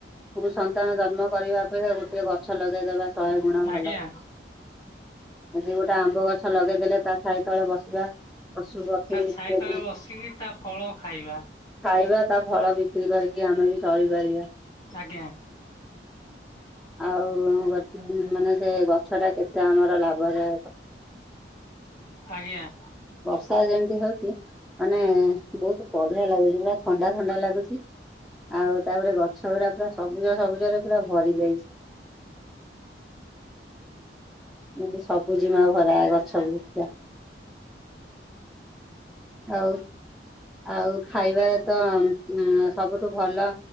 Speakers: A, in the centre; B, on the left (about 20°).
A: କଁ କୁ ସନ୍ତାନ ଜନ୍ମ କରିବା ଅପେକ୍ଷା ଗୋଟିଏ ଗଛ ଲଗେଇଦବା ଶହେ ଗୁଣ ଭଲ।
B: ଆଜ୍ଞା
A: ଆଜି ଗୋଟେ ଆମ୍ବ ଗଛ ଲଗେଇଦେଲେ ତା ଛାଇ ତଳେ ବସିବା। ପଶୁ ପକ୍ଷୀ
B: ତା ଛାଇ
A: ସିଏ
B: ତଳେ
A: ବି
B: ବସିକି ତା ଫଳ ଖାଇବା।
A: ଖାଇବା ତା ଫଳ ବିକ୍ରି କରିକି ଆମେ ବି ଚଳିପାରିବା।
B: ଆଜ୍ଞା
A: ଆଉ ଗ ମାନେ ସେ ଗଛ ଟା କେତେ ଆମର ଲାଭରେ
B: ଆଜ୍ଞା।
A: ର୍ଷା ଯେମିତି ହୋଉଚି ମାନେ ବୋହୁତୁ ବଢିଆ ଲାଗୁଚି ପୁରା ଥଣ୍ଡା ଥଣ୍ଡା ଲାଗୁଛି। ଆଉ ତାପରେ ଗଛ ଗୁରା ପୁରା ସବୁଜ ସବୁଜ ରେ ପୁରା ଭରି ଯାଇଛି। <unintelligible> ସବୁ ଜିମା ଭରା ଗଛ। <unintelligible> ଆଉ ଆଉ ଖାଇବାରେ ତ ଉଁ ସବୁଠୁ ଭଲ